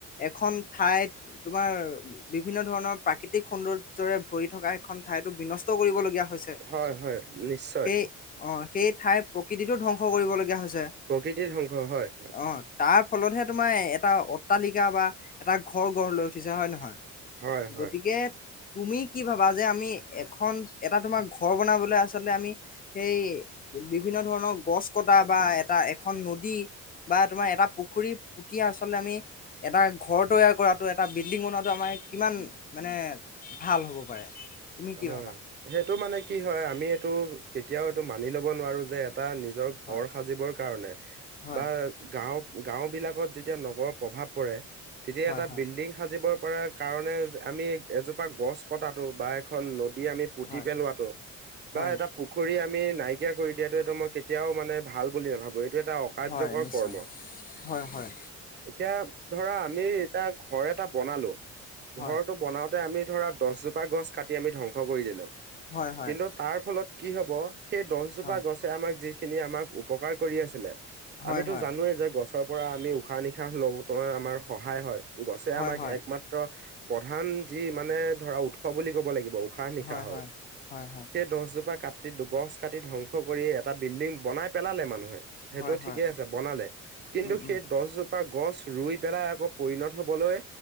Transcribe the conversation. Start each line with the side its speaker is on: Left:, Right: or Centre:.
Left: এখন ঠাইত তোমাৰ বিভিন্ন ধৰণৰ প্ৰাকৃতি তিক সৌন্দৰ্যৰে ভৰি থকা এখন ঠাইতো বিনষ্ট কৰিবলগীয়া হৈছে
Right: হয় হয় নিশ্চয়
Left: সেই অ সেই ঠাইৰ প্ৰকৃতিটো ধ্বংস কৰিবলগীয়া হৈছ ছে
Right: প্ৰকৃতিৰ ধ্বংস হয় হয়
Left: অ তাৰ ফলতহে তোমাৰ এটা অট্টালিকা বা এটা ঘৰ গঢ় লৈ উঠিছে হয় নহয়
Right: হয় হয়
Left: গতিকে তুমি কি ভাবা যে আমি এখন এটা তোমাৰ ঘৰ বনাবলৈ আছ আচতে আমি সেই বিভিন্ন ধৰণৰ গছ কটা বা এটা এখন নদী বা তোমাৰ এটা পুখুৰী পুতি আচলতে আমি এটা ঘৰ তৈয়াৰ কৰাতো এটা বিল্ডিং বনোৱাতো আমাৰ কিমান মানে ভাল হ'ব পাৰে? তুমি কি
Right: হয়,
Left: ভাবা?
Right: সেইটো মানে কি হয় আমি এইটো কেতিয়াও এইটো মানি ল'ব নোৱাৰো যে এটা নিজৰ ঘৰ
Left: হয়
Right: সাজিবৰ কাৰণে
Left: হয়
Right: বা গাঁও গাঁওবিলাকত যেতিয়া নগৰৰ প্ৰভাৱ পৰে তেতিয়া
Left: হয়
Right: এটা
Left: হয়
Right: বিল্ডিং সাজিব পৰাৰ কাৰণে আমি এজোপা গছ কটাটো বা এখন নদী আমি পুতি
Left: হয়
Right: পেলোৱাটো বা
Left: হয়
Right: এটা পুখুৰী আমি নাই কৰি দিয়াটো এইটো মই কেতিয়াও মানে ভাল বুলি নেভাবো, এইটো এটা অকাৰ্যকৰ
Left: হয় নিশ্চয়
Right: কৰ্ম।
Left: হয় হয়
Right: এতিয়া ধৰা আমি এতিয়া ঘৰ এটা বনালো।
Left: হয়
Right: ঘৰটো বনাওঁতে আমি ধৰা দছজোপা গছ কাটি আমি ধ্বংস কৰি দিলো,
Left: হয় হয়
Right: কিন্তু তাৰ ফলত কি হ'ব সেই দহজোপা
Left: হয়
Right: গছে আমাক যিখিনি আমাক উপকাৰ কৰি আছিলে।
Left: হয়
Right: আমিতো
Left: হয়
Right: জানোৱেই যে গছৰ পৰা আমি উশাহ নিশাহ লওঁ ত আমাৰ সহায় হয় গছে
Left: হয়
Right: আমাক
Left: হয়
Right: একমাত্ৰ প্ৰধান যি মানে ধৰা উৎস বুলি ক'ব লাগিব উশাহ নিশাহৰ,
Left: হয় হয় হয় হয়
Right: সেই দছজোপা কাটি গছ কাটি ধ্বংস কৰি এটা বিল্ডিং বনাই পেলালে মানুহে সেইটো
Left: হয় হয়
Right: ঠিকে আছে বনালে কিন্তু
Left: উম
Right: সেই
Left: উম
Right: দছজোপা গছ ৰুই পেলাই আকৌ পৰিণত হবলৈ